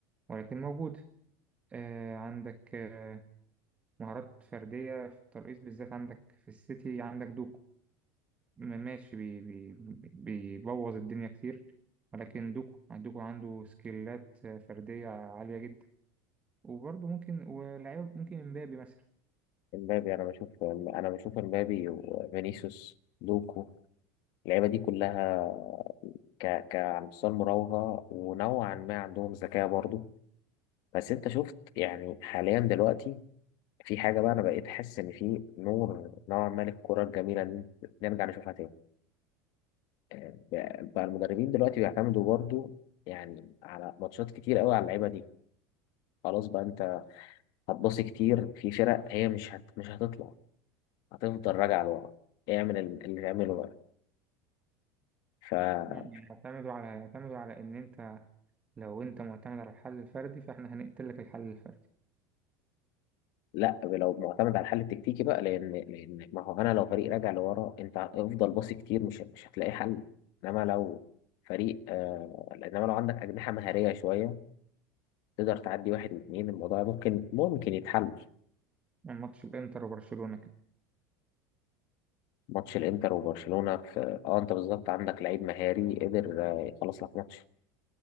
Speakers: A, on the right (about 15°); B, on the left (about 50°).
A: ولكن موجود آه عندك آه مهارات فردية في الترقيص بالذات عندك في السيتي عندك دوكو ماشي بي بي بيبوظ الدنيا كتير ولكن دوكو دوكو عنده سكيلات فردية عالية جدا وبرضه ممكن ولاعيب ممكن امبابي مثلا
B: امبابي أنا بشوف أنا بشوف امبابي وفينيسيوس لوكو اللعيبة دي كلها ك ك على مستوى المراوغة ونوعا ما عندهم ذكاء برضه بس انت شفت يعني حاليا دلوقتي في حاجة بقى انا بقيت حاسس ان في نور نوعا ما للكرة الجميلة ان نرجع نشوفها تاني آه، بقى المدربين دلوقتي بيعتمدوا برضو يعني على ماتشات كتير قوي على اللعيبة دي خلاص بقى انت هتبصي كتير في فرق هي مش هت... مش هتطلع هتفضل راجعة لورا اعمل ال- اللي تعمله بقى
A: يعني يعتمدوا على يعتمدوا على ان انت لو انت معتمد على الحل الفردي فاحنا هنقتل لك الحل الفردي
B: لا لو معتمد على الحل التكتيكي بقى لان لان ما هو انا لو فريق راجع لورا انت افضل باصي كتير مش مش هتلاقي حل انما لو فريق آه انما لو عندك اجنحه مهاريه شويه تقدر تعدي واحد واثنين الموضوع ممكن ممكن يتحل
A: ماتش الانتر وبرشلونة كده
B: ماتش الانتر وبرشلونه في اه انت بالظبط عندك لعيب مهاري قدر آه، يخلص لك ماتش